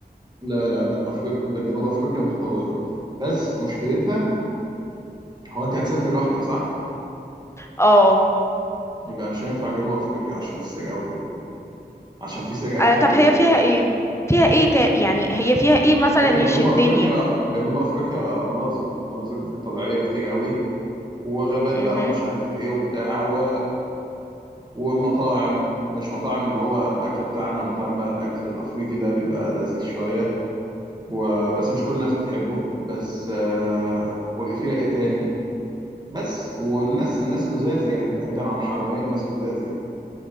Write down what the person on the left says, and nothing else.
اه
آه
طب هي
فيها ايه فيها ايه تا... يعني هي فيها ايه مثلا
يشدني
امم